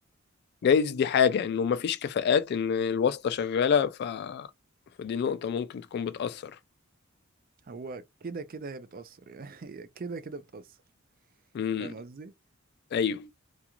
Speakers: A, on the left; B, on the right.
A: جايز دي حاجة إنه مفيش كفاءات إن الواسطة شغالة ف... فدي نقطة ممكن تكون بتأثر
B: هو كده كده هي بتأثر يعني <laughs> هي كده كده بتأثر
A: امم
B: فاهم قصدي
A: أيوه